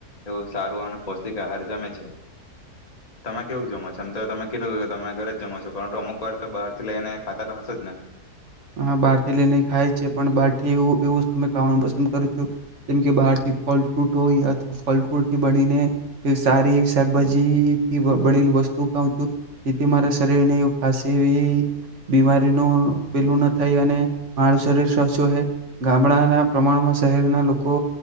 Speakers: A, on the left; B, on the right.
A: એવું સારું અને પૌષ્ટિક આહાર જમે છે. તમે કેવું જમો છો? આમ તો તમે કીધું તમે ઘરે જ જમો છો પરંતુ અમુક વાર તો બહાર થી લઈને ખાતા તો હસે જ ને.
B: હા બહાર થી લઈને ખાય છે પણ બાર થી એઉ એઉ વસ્તુ ખાવાનું પસંદ કરું છું. જેમ કે બહાર થી ફલ ફ્રૂટ હોય અથવા ફલ ફ્રૂટ થી બનીને સારી એવી શાકભાજીથી બનેલી વસ્તુ ખાઉં છું. જેથી મારા શરીરને એ ખાસ એવી બીમારીનું પેલું ન થાય અને મારું શરીર સ્વસ્છ રહે ગામડાના પ્રમાણમાં શહેરના લોકો